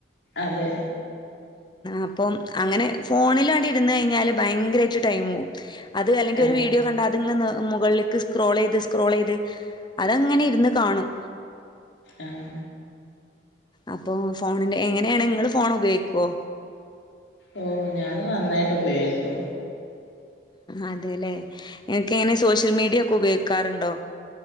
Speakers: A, on the left (about 75°); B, on the left (about 25°).
A: അതെ
B: അപ്പം അങ്ങനെ ഫോണിലാണ്ട് ഇരുന്നു കയിഞ്ഞാല് ഭയങ്കരായിട്ട് ടൈം പോവും. അത് അല്ലെങ്കി
A: ആഹ്
B: ഒരു വീഡിയോ കണ്ടാ അതിങ്ങനെ നീ മുകളിലേക്ക് സ്ക്രോൾ ചെയ്ത് സ്ക്രോൾ ചെയ്ത് അതങ്ങനെ ഇരുന്ന് കാണും.
A: ആഹ്.
B: അപ്പോ ഫോണിന്റെ എങ്ങനെയാണ് ഇങ്ങള് ഫോൺ ഉപയോഗിക്കോ?
A: ഓ ഞാന് നന്നായിട്ട് ഉപയോഗിക്കും.
B: അതെല്ലേ എനിക്ക് അങ്ങനെ സോഷ്യൽ മീഡിയ ഉപയോഗിക്കാറുണ്ടോ?